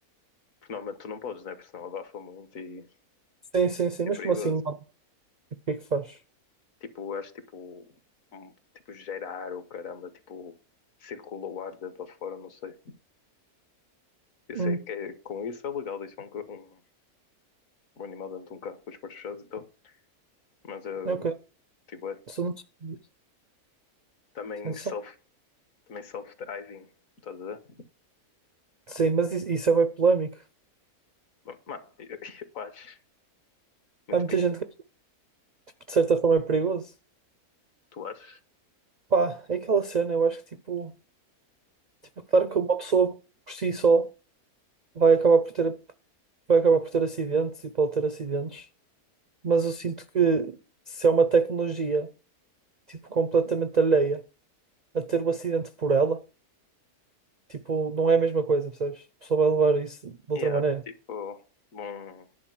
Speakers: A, on the left; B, on the right.
A: Porque normalmente tu não podes, né? Porque senão abafa muito e
B: Sim, sim, sim,
A: é
B: mas
A: perigoso.
B: como assim? não? Tipo, O que é que faz?
A: Tipo, eu acho tipo, um, tipo gerar ou caramba, tipo, circula o ar dentro para fora, não sei. Eu
B: Hum,
A: sei que é- com isso é legal deixar um, ca- um, um animal dentro de um carro com as portas fechadas e tal. Mas eu
B: ok,
A: Tipo, é
B: Isso não sei disso.
A: também
B: Atenção.
A: self, também self-driving, estás a ver?
B: Sim, mas isso, isso é bem polémico.
A: Mano, eu, eu acho muito
B: Há muita
A: pinta.
B: gente que tipo, de certa forma é perigoso.
A: Tu achas?
B: Pá, é aquela cena, eu acho que tipo, tipo, claro que uma pessoa por si só vai acabar por ter, vai acabar por ter acidentes e pode ter acidentes. mas eu sinto que se é uma tecnologia, tipo, completamente alheia a ter o acidente por ela, tipo, não é a mesma coisa, percebes? A pessoa vai levar isso de outra
A: Yeah,
B: maneira.
A: tipo, bom,